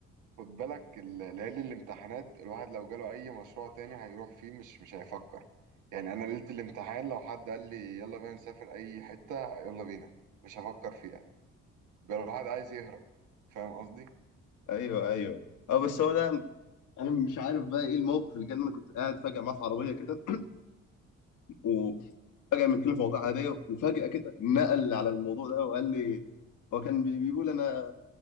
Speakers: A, on the right; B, on the left.
A: خد بالك ال- ليالي الامتحانات الواحد لو جاله اي مشروع تاني هيروح فيه مش مش هيفكر يعني انا ليلة الامتحان لو حد قال لي يلا بينا نسافر اي حتة يلا بينا مش هفكر فيها بقى الواحد عايز يهرب فاهم قصدي
B: ايوه ايوه اه بس هو ده انا مش عارف بقى ايه الموقف اللي جه ان انا كنت قاعد فجاه معاه في عربيه كده وفجأة بنتكلم في مواضيع عادية وفجأة كده نقل على الموضوع ده وقال لي هو كان بي- بيقول أنا